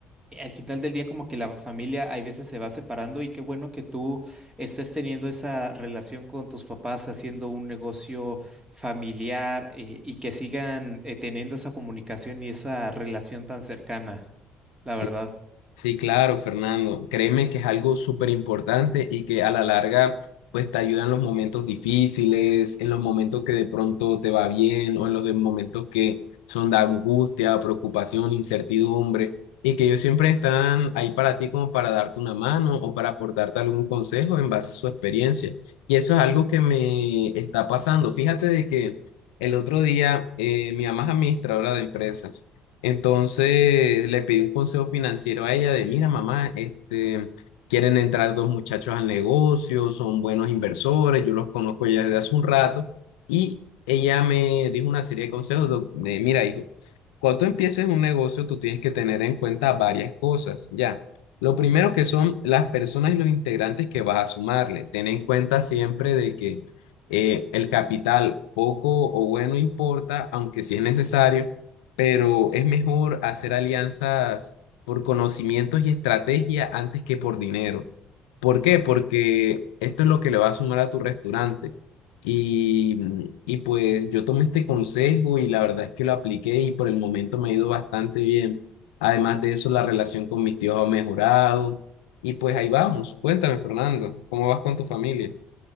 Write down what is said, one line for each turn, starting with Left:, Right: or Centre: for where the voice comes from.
Right: eh, al final del día como que la familia hay veces se va separando y qué bueno que tú estés teniendo esa relación con tus papás haciendo un negocio familiar eh, y que sigan eh, teniendo esa comunicación y esa relación tan cercana, la
Left: si
Right: verdad.
Left: Sí, claro, Fernando. Créeme que es algo súper importante y que a la larga, pues te ayuda en los momentos difíciles, en los momentos que de pronto te va bien o en los de momentos que son de angustia, preocupación, incertidumbre y que ellos siempre están ahí para ti como para darte una mano o para aportarte algún consejo en base a su experiencia. Y eso es algo que me está pasando. Fíjate de que el otro día eh, mi mamá es administradora de empresas. Entonces le pedí un consejo financiero a ella de, mira, mamá, este, quieren entrar dos muchachos al negocio, son buenos inversores, yo los conozco ya desde hace un rato. Y ella me dijo una serie de consejos do- de, mira, hijo, cuando tú empieces un negocio, tú tienes que tener en cuenta varias cosas, ya. Lo primero que son las personas y los integrantes que vas a sumarle. Ten en cuenta siempre de que eh, el capital poco o bueno importa, aunque sí es necesario pero es mejor hacer alianzas por conocimientos y estrategia antes que por dinero. ¿Por qué? Porque esto es lo que le va a sumar a tu restaurante. Y, mm, y pues yo tomé este consejo y la verdad es que lo apliqué y por el momento me ha ido bastante bien. Además de eso, la relación con mis tíos ha mejorado. Y pues ahí vamos. Cuéntame, Fernando, ¿cómo vas con tu familia?